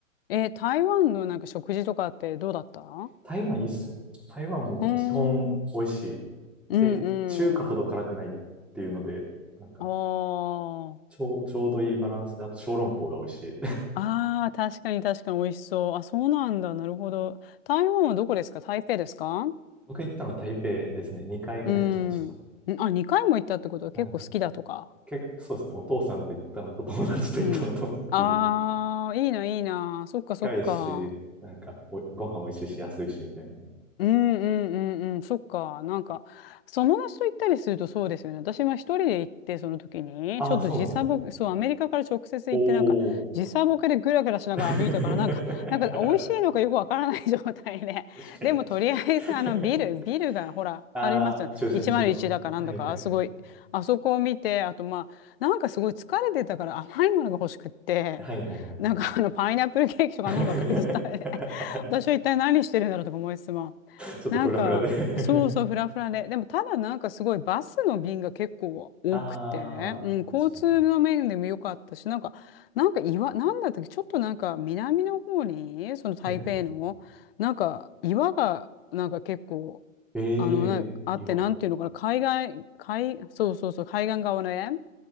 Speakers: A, on the left; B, in the centre.
A: え、台湾のなんか食事とかってどうだったう
B: 台湾いいっすよ。台湾も基本美味しい。
A: ーん。
B: で、
A: うんうん。
B: 中華ほど辛くないっていうので、なんか
A: ああ。
B: ちょう、ちょうどいいバランスで、あと小籠包が美味しい。
A: ああ、確かに確かに美味しそう。あ、そうなんだ。なるほど。台湾はどこですか台北ですか
B: <laughs> 僕行ったのは台北ですね。2回ぐらい行きました。
A: うん。んあ、2回も行ったってことは結構好きだとか。
B: はい。結構そうですね。お父さんと行ったのと友達と行ったのとっていう。
A: うん。ああ、いいな、いいな。そっかそっか。
B: 近いし、なんかお、ご飯美味しいし安いしみたいな
A: うんうんうんうん、そっか。なんか、友達と行ったりするとそうですよね。私は一人で行って、その時に、
B: ああ、
A: ちょっと時差ボケ、
B: そうなんですね。
A: そう、アメリカから直接行って、
B: お
A: なんか、
B: お。
A: 時差ボケでぐらぐらしながら歩いたから、
B: <laughs> 確
A: なんか、なんか、美味しいのかよくわからない状態で。<laughs>
B: かに、
A: でも、とりあえず、
B: 確
A: あの、
B: かに。
A: ビル、ビルが、ほら、
B: ああ、
A: あります。
B: 中心地の。
A: 101だかなんだか、
B: はいはい。
A: すごい、あそこを見て、あと、まあ、なんかすごい疲れてたから甘いものが欲しくって、
B: はいはいはいはい。
A: なんか、あの、パイナップルケーキとかあんなのばっかりずっと食べて、
B: <laughs>
A: <laughs> 私は一体何してるんだろうとか思いつつも。
B: ちょっとフラフラで
A: なんか、
B: <laughs>
A: そうそう、フラフラで。でも、ただなんかすごいバスの便が結構多くて、
B: ああ、
A: うん、
B: 確かに。
A: 交通の面でも良かったし、なんか、なんか岩、なんだったっけ、ちょっとなんか南の方に、その台北の、
B: はいはい。
A: なんか岩が、なんか結構、
B: ええ岩。
A: あの、なあって、なんていうのかな、海外、海、そうそうそう、海岸側ね。